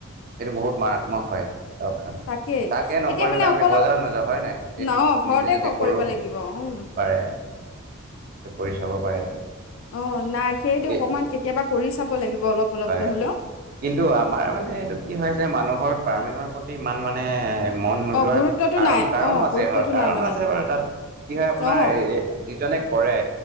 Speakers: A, on the right; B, on the left.
A: সেইটো বহুত মাৰাত্মক হয় চাওকচোন,
B: তাকেই
A: তাকে নকৰিবলৈ
B: এতিয়া মানে অলপ
A: আমি বজাৰ নযাওঁ হয় নাই? এইটো
B: ন ঘৰতে
A: নিজে যদি কৰোঁ
B: কৰিব লাগিব উম
A: পাৰে কৰি চা'ব পাৰে।
B: অ' নাই সেইটো
A: এই
B: অকমান কেতিয়াবা কৰি চাব লাগিব অলপ অলপকৈ
A: হয়,
B: হলেও
A: কিন্তু আমাৰ মানে এইটো কি হয়, যে মানুহ ফাৰ্মিঙৰ প্ৰতি ইমান মানে এ মন নোযোৱাৰ
B: অ গুৰুত্বটো
A: কাৰণ
B: নাই
A: কাৰণো
B: অ
A: আছে
B: গুৰুত্বটো
A: হয়, কাৰণো
B: নাই মানে
A: আছে বাৰু তাত কি হয়, আপোনাৰ
B: অ
A: এ এ যিজনে কৰে